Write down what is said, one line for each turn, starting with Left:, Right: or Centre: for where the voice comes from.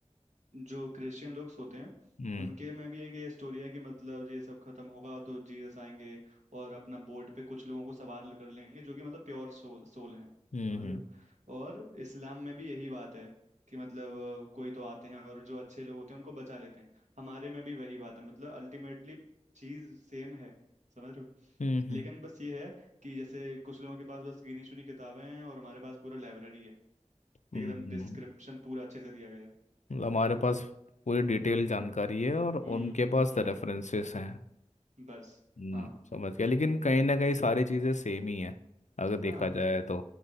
Right: जो क्रिश्चियन लोग होते हैं
Left: हम्म
Right: उनके में भी एक ये स्टोरी है कि मतलब ये सब खत्म होगा तो जीसस आएंगे और अपना बोट पे कुछ लोगों को सवार कर लेंगे जो कि मतलब प्योर सोल सोल हैं
Left: हम्म
Right: समझ
Left: हम्म
Right: रहे हो और इस्लाम में भी यही बात है कि मतलब अ, कोई तो आते हैं और जो अच्छे लोग होते हैं उनको बचा लेते हैं हमारे में भी वही बात है मतलब अल्टीमेटली चीज सेम है समझ रहे हो
Left: हम्म हम्म,
Right: लेकिन
Left: हम्म।
Right: बस ये है कि जैसे कुछ लोगों के पास बस गिनी चुनी किताबें हैं और हमारे पास पूरा लाइब्रेरी है
Left: हम्म,
Right: एकदम
Left: हम्म।
Right: डिस्क्रिप्शन पूरा अच्छे से दिया गया है
Left: मतलब हमारे पास पूरी डिटेल जानकारी है और उनके
Right: हम्म
Left: पास
Right: हम्म
Left: रेफरेंसेस हैं
Right: बस
Left: हम्म,
Right: हाँ
Left: समझ गया लेकिन कहीं ना कहीं सारी चीज़ें सेम ही हैं अगर देखा
Right: हाँ
Left: जाए तो